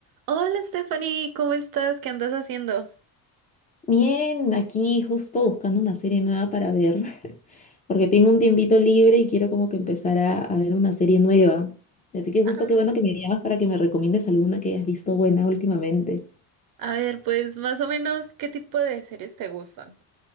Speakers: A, on the right; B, on the left.
A: Hola Stephanie, ¿cómo estás? ¿Qué andas haciendo?
B: Bien, aquí justo buscando una serie nueva para ver, <laughs> porque tengo un tiempito libre y quiero como que empezar a, a ver una serie nueva. Así que justo
A: Ah,
B: qué bueno que me llamas para que me recomiendes alguna que hayas visto buena últimamente.
A: a ver, pues más o menos, ¿qué tipo de series te gustan?